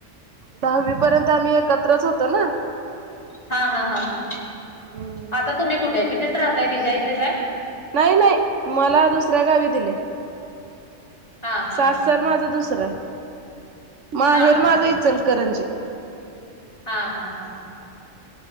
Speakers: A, on the right; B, on the left.
A: दहावी पर्यंत आम्ही एकत्रच होतो ना.
B: हा हा हा हा,
A: हम्म
B: आता तुम्ही कुठे तिथेच राहताय तिच्या इथेच आहे.
A: नाही नाही मला दुसऱ्या गावी दिले.
B: हा हा
A: सासर
B: हा हा
A: माझा दुसरं आहे. माहेर
B: हा हा
A: माझं
B: हा
A: इचलकरंजी
B: हा हा हा हा हा,